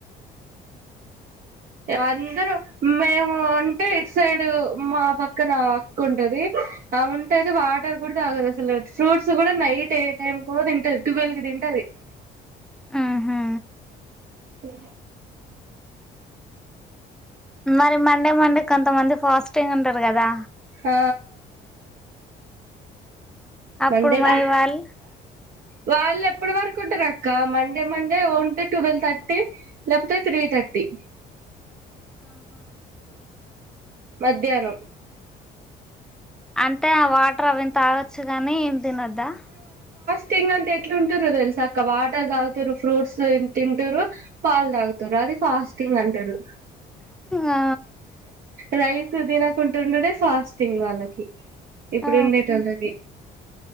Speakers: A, on the right; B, in the centre.
A: అందరం మేము అంటే ఇటు సైడ్ మా పక్కన అక్క ఉంటది ఆమె ఉంటయితే వాటర్ కూడా తాగదు అసలు ఫ్రూట్స్ కూడా నైట్ ఏ టైమ్ కు తింటది టువేల్ కి తింటది
B: ఆహా
A: ఉ
B: మరి మండే మండే కొంతమంది ఫాస్టింగ్ ఉంటారు కదా
A: ఆ
B: అప్పుడు
A: మండే రోజు
B: మరి వాళ్ళు
A: వాళ్ళు ఎప్పటి వరకు ఉంటారు అక్క మండే మండే ఉంటే ట్వెల్వ్ థర్టీ లేకపోతే త్రీ థర్టీ అ
B: ఆహా
A: మధ్యాహ్నం
B: అంటే ఆ వాటర్ అవి తాగోచ్చు గాని ఏం తినద్దా
A: తి అంత ఎట్లు ఉంటురు అద తెలిసక్క వాటర్ తాగుతారు ఫ్రూట్స్ తింటురురు పాల్ తాగుతారు అ అది ఫాస్టింగ్ అంటారు
B: ఆ
A: రైస్ తినకుంట ఉండుడే ఫాస్టింగ్ వాళ్ళకి ఇప్పుడు
B: ఆ
A: ఉండేటళ్ళకి